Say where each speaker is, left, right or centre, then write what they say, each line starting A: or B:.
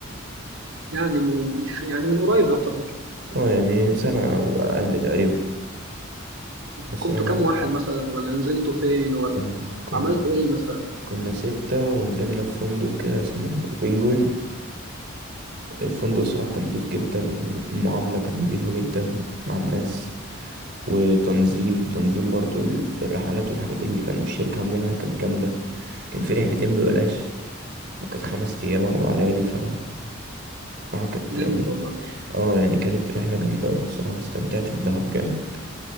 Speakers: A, on the right; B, on the right.
A: يعني من مش يعني من قريب يعتبر
B: اه يعني سنة أو أقل تقريبا الصراحة
A: كنتوا كام واحد مثلا ولا نزلتوا فين ولا
B: كن... كنا
A: عملتوا ايه مثلا
B: كنا ستة ونزلنا في فندق كده اسمه بنجوين الفندق الصراحة كان نضيف جدا والمعاملة كانت نضيفة جدا مع الناس وتنظيم تنظيم برضو ال- الرحلات والحاجات اللي كانوا الشركة عاملينها كانت جامدة كان في رحلتين ببلاش وكانت خمس أيام أربع ليالي فبصراحة كانت يعني
A: جامد والله
B: اه يعني كانت رحلة جامدة أوي الصراحة استمتعت في دهب جامد